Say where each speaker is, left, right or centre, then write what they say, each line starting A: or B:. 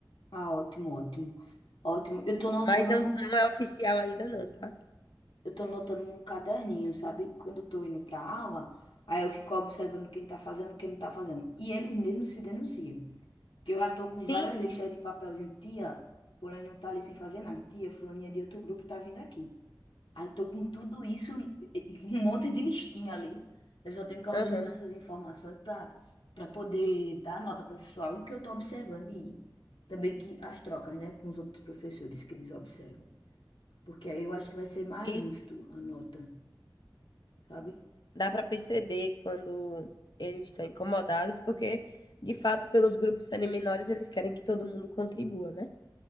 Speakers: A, on the left (about 90°); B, on the left (about 65°).
A: Ah, ótimo, ótimo. Ótimo. Eu tô notando,
B: Mas não,
A: no-
B: não é oficial ainda, não, tá?
A: eu tô notando no caderninho, sabe? Quando eu tô indo pra aula, aí eu fico observando quem tá fazendo, quem não tá fazendo. E eles mesmos se denunciam. Que eu já tô com
B: Sim,
A: várias listas de papelzinho. Tia, fulano tá ali sem fazer nada. Tia, fulaninha de outro grupo tá vindo aqui. Aí eu tô com tudo isso, e- e um monte de listinha ali. Eu só tenho que organizar
B: aham,
A: essas informações para para poder dar nota para o pessoal o que eu tô observando e também que as trocas, né, com os outros professores que eles observam. Porque aí eu acho que vai ser mais
B: isso.
A: justo a nota, sabe?
B: Dá para perceber quando eles estão incomodados, porque, de fato, pelos grupos serem menores, eles querem que todo mundo contribua, né?